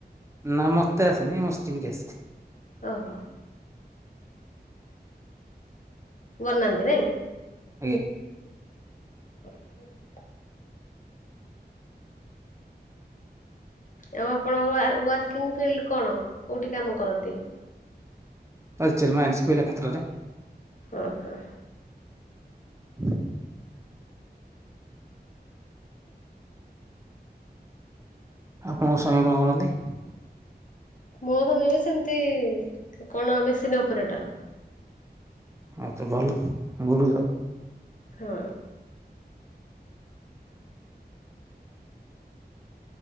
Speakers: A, on the right (about 15°); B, on the left (about 50°).
A: ନା ମତେ ଆସେନି ମୋ ସ୍ତ୍ରୀ ଙ୍କି ଆସେ।
B: ଓହୋ। ବନାନ୍ତି ନାଇଁ।
A: ଆଜ୍ଞା।
B: <unintelligible> ଆଉ ଆପଣଙ୍କ ୱା ୱାର୍କିଂ ଫିଲ୍ଡ କଣ କଉଠି କାମ କରନ୍ତି?
A: ତାଳଚେର ମାଇନିସ୍ କୋଇଲା କ୍ଷେତ୍ରରେ।
B: ଅଁ ହ।
A: ହୁଁ। ଆପଣଙ୍କ ସ୍ୱାମୀ କଣ କରନ୍ତି?
B: ମୋ ସ୍ୱାମୀ ବି ସେମତି କଣ ମେସିନି ଅପରେଟର।
A: ଆଛା ଭଲ <unintelligible> ଜବ
B: ହଁ।